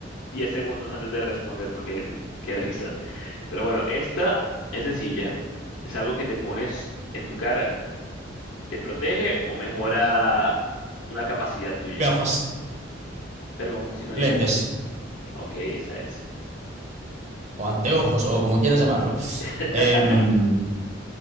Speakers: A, on the left; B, on the right.
A: 10 segundos antes de responder porque qué risa. Pero bueno, esta es sencilla. Es algo que te pones en tu cara. ¿Te protege o mejora una capacidad tuya?
B: Gafas,
A: Pero un sinónimo.
B: lentes,
A: Ok, esa es.
B: o anteojos, o como quieras llamarlo.
A: <laughs>
B: Em,